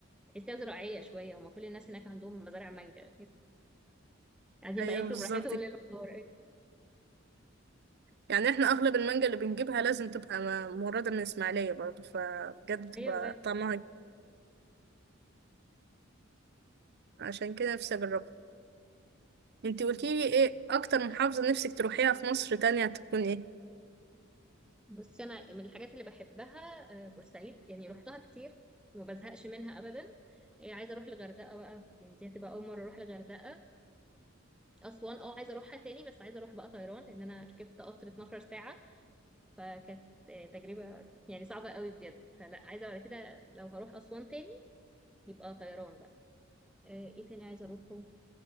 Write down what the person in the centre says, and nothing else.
تحسيها زراعية شوية هم كل الناس هناك عندهم مزارع مانجا قاعدين
بقى ياكلوا
براحتهم
ليل ونهار
ايوه
بصي انا من الحاجات اللي بحبها آه، بورسعيد يعني روحتها كتير وما بزهقش منها ابدا آه، عايزه اروح الغردقه بقى يعني دي هتبقى اول مره اروح الغردقه اسوان اه عايزه اروحها تاني بس عايزه اروح بقى طيران لان انا ركبت قطر 12 ساعه فكانت آه، تجربه يعني صعبه قوي بجد فلا عايزه بعد كده لو هروح اسوان تاني يبقى طيران بقى آه، ايه تاني عايزه اروحه